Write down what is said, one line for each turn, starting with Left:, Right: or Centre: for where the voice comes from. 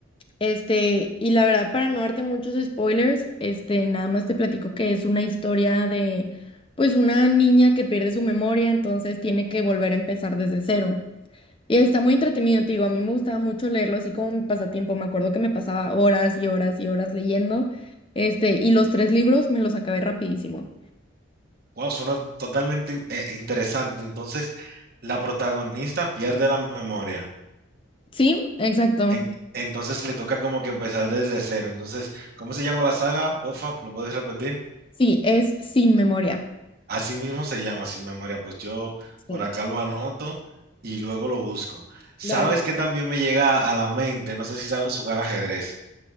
Left: Este, y la verdad, para no darte muchos spoilers, este, nada más te platico que es una historia de, pues, una niña que pierde su memoria, entonces tiene que volver a empezar desde cero. Y está muy entretenido, te digo, a mí me gustaba mucho leerlo así como mi pasatiempo, me acuerdo que me pasaba horas y horas y horas leyendo, este, y los tres libros me los acabé rapidísimo.
Right: Wow, suena totalmente in- eh, interesante. Entonces, la protagonista pierde la memoria.
Left: Sí, exacto.
Right: En- entonces le toca como que empezar desde cero. Entonces, ¿cómo se llama la saga? Porfa, ¿lo puedes repetir?
Left: Sí, es Sin Memoria.
Right: Así mismo se llama, Sin Memoria. Pues yo
Left: Sí.
Right: por acá lo anoto y luego lo busco. ¿Sabes
Left: Dale.
Right: qué también me llega a la mente? No sé si sabes jugar ajedrez.